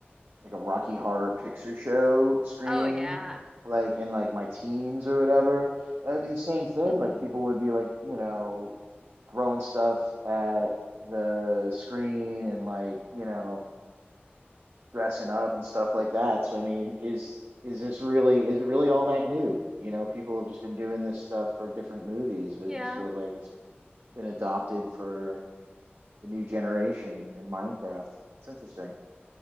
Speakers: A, on the right (about 75°); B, on the right (about 15°).
A: like a Rocky Horror Picture Show screening,
B: Oh yeah.
A: like in like my teens or whatever. it would be the same thing.
B: hmm
A: Like people would be like, you know, throwing stuff at the screen and like, you know, dressing up and stuff like that. So I mean, is is this really is it really all that new? You know, people have just been doing this stuff for different movies, but
B: Yeah.
A: it just feels like it's been adopted for the new generation in Minecraft. It's interesting.